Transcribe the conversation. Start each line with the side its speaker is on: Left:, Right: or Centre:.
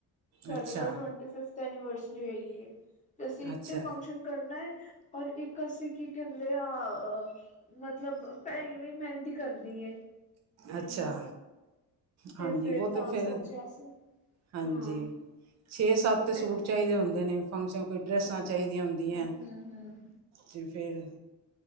Left: ਸਾਡੇ
Right: ਅੱਛਾ
Left: ਘਰ ਟਵੰਟੀ-ਫਿਫਥ ਐਨੀਵਰਸਰੀ ਹੈਗੀ ਐਂ। ਤੇ ਅਸੀਂ ਇੱਕ
Right: ਅੱਛਾ
Left: ਤੇ ਫੰਕਸ਼ਨ ਕਰਨਾ ਐ। ਔਰ ਇੱਕ ਅਸੀਂ ਕੀ ਕਹਿੰਦੇ ਆ। ਮਤਲਬ, ਭੈਣ ਵੀ ਮਹਿੰਦੀ ਕਰਨੀ ਏ।
Right: ਅੱਛਾ।
Left: ਤੇ
Right: ਹਾਂਜੀ
Left: ਫੇਰ
Right: ਉਹ ਤਾਂ ਫਿਰ
Left: ਸੋਚਿਆ ਸੀ
Right: ਹਾਂਜੀ।
Left: ਹਾਂ
Right: ਛੇ-ਸੱਤ
Left: ਤੇ
Right: ਸੂਟ ਚਾਹੀਦੇ ਹੁੰਦੇ ਨੇ। ਫੰਕਸ਼ਨ ਕੋਈ ਡਰੈੱਸਾਂ
Left: ਹੂੰ
Right: ਚਾਹੀਦੀਆਂ ਹੁੰਦੀਆਂ।
Left: ਹੂੰ ਹੂੰ
Right: ਤੇ ਫੇਰ